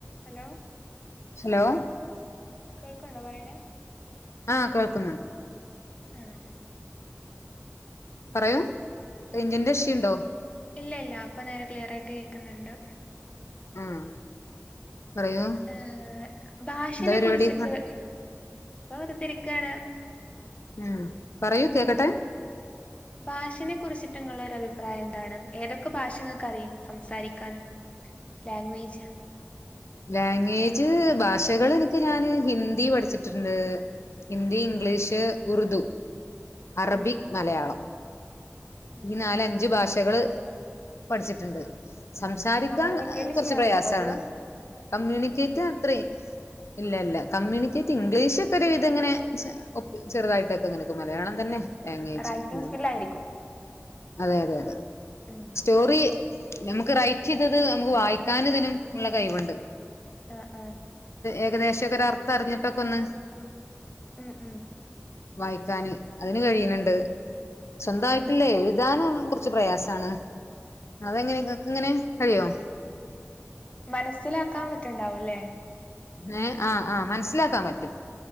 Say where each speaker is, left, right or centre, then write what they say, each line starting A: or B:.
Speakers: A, on the left (about 25°); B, on the left (about 70°).
A: Hello
B: hello
A: കേൾക്ക്ണ്ടോ പറ്യണെ
B: ആഹ് കേൾക്ക്ന്നുണ്ട്
A: ആഹ്
B: പറയൂ റേഞ്ചിന്റെ
A: ആഹ്
B: ഇഷ്യുണ്ടോ
A: ഇല്ല ഇല്ല അപ്പൊ നേരെ ക്ലിയർ ആയിട്ട് കേക്ക് ക്കുന്ന്ണ്ട്
B: ആഹ് പറയൂ
A: ഏഹ് ഭാഷനെ
B: എന്താ പരിപാടി
A: കുറിച്ചിട്ട്
B: ഇന്ന്
A: ഇപ്പൊ വെറുതിരിക്കാണ്
B: ഉം പറയൂ കേക്കട്ടെ.
A: ഭാഷേനെ കുറിച്ചി ട്ടിങ്ങളൊരു അഭിപ്രായം എന്താണ് ഏതൊക്കെ ഭാഷ നിങ്ങൾക്ക് അറിയും സംസാരിക്കാനും ലാംഗ്വേജ്?
B: ലാംഗ്വേജ് ഭാഷകൾ എനിക്ക് ഞാന് ഹിന്ദി പഠിച്ചിട്ടെണ്ട്. ഹിന്ദി,
A: ഉം
B: ഇംഗ്ലീഷ്. ഉറുദു. അറബിക്,
A: ഉം
B: മലയാളം.
A: ഉം
B: ഈ നാലഞ്ചു ഭാ ഷകള് പഠിച്ചിട്ടിണ്ട്. സംസാരിക്കാൻ
A: ഉം കമ്മ്യൂണിക്കേറ്റ്
B: ഏഹ് കുറച്ച്
A: ചെയ്യാൻ
B: പ്രയാസാണ്.
A: വയ്ക്കോ അത്
B: കമ്മ്യൂണിക്കേറ്റ് അത്ര ഇല്ല ഇല്ല കമ്മ്യൂണിക്കേ ഇംഗ്ലീഷ് ഒക്കെ ഒരു വിധം ഇങ്ങനെ ചെ ഒപ് ചെറുതായിട്ടൊ‌ക്കിങ്ങന ക്കെ മലയാളം തന്നെ
A: ഉം
B: ലാംഗ്വേജ്
A: റൈറ്റിംഗ്
B: ഉം.
A: സ്കില്ലായിരിക്കും
B: അതെ അതെ അതെ
A: ഉം
B: സ്റ്റോറീ ഞമ്മുക്ക് റൈറ്റ് ചെയ്തത് നമുക്ക് വായിക്കാനും ഇതിനും ഉള്ള കഴിവെണ്ട്.
A: ആഹ് ആഹ്
B: ഏകദേശൊക്കെ ഒരർത്ഥം അറിഞ്ഞിട്ടൊക്കെ ഒന്ന്.
A: ഉം ഉം
B: വായിക്കാന് അതിന് കഴിയണെണ്ട് സ്വന്ത
A: ഉം
B: ഇല്ലേ എഴുതാനും കുറച്ച് പ്രയാസ താണ് അതെങ്ങനെ ഇങ്ങക്ക് എങ്ങനെ കഴിയോ?
A: മനസ്സിലാക്കാൻ പറ്റാണ്ടാവൂല്ലേ
B: ഏഹ് ആഹ് ആ മനസ്സിലാക്കാൻ പറ്റും